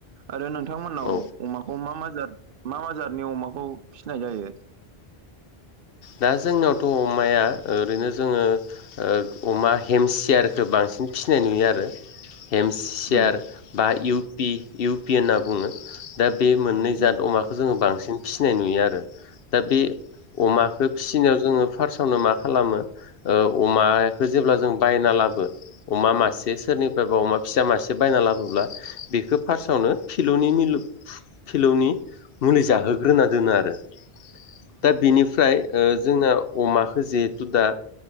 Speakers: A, on the right (about 60°); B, on the left (about 65°).
A: आरो नोंथांमोननाव
B: औ
A: अमाखौ मा मा जाद मा मा जादनि अमाखौ फिसिनाय जायो?
B: दा जोंनियावथ' अमाया ओरैनो जोङो ओ अमा हेमसियारखो बांसिन बांसिन फिसिनाय नुयो आरो। हेमसियार
A: उम
B: बा इउपि इउ पि होनना बुङो। दा बे मोननै
A: उम
B: जाद अमाखो जोङो बांसिन फिसिनाय नुयो आरो। दा बे अमा फिसिनायाव जोङो फार्स्टआवनो मा खालामो ओ अमखो जेब्ला जों बायना लाबो अमा मासे सोरनिफ्रायबा अमा फिसा मासे बायना लाबोब्ला बेखौ फार्स्टआवनो फिल'नि मिलु फिलौनि मुलि जाहोग्रोना दोनो आरो दा बेनिफ्राय ओ जोंना अमाखो जेहेथु दा